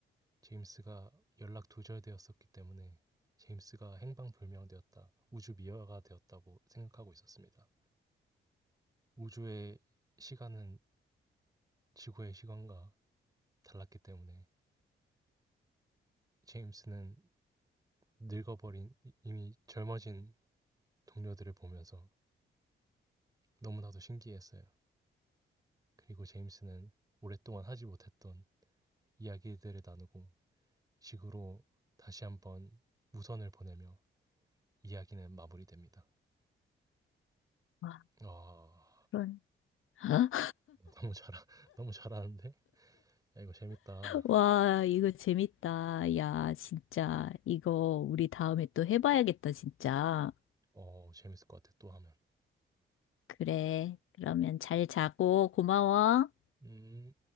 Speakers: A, on the right; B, on the left.
A: 제임스가 연락 두절되었었기 때문에 제임스가 행방불명되었다, 우주 미화가 되었다고 생각하고 있었습니다. 우주의 시간은 지구의 시간과 달랐기 때문에 제임스는 늙어버린 이- 이미 젊어진 동료들을 보면서 너무나도 신기했어요. 그리고 제임스는 오랫동안 하지 못했던 이야기들을 나누고 식으로 다시 한번 무선을 보내며 이야기는 마무리됩니다.
B: 와,
A: 아
B: 그런. <laughs>
A: 너무 잘 너무 잘하는데 야, 이거 재밌다.
B: 와, 이거 재밌다. 야, 진짜. 이거 우리 다음에 또 해봐야겠다, 진짜.
A: 어 재밌을 것 같아 또 하면.
B: 그래. 그러면 잘 자고 고마워.
A: 음.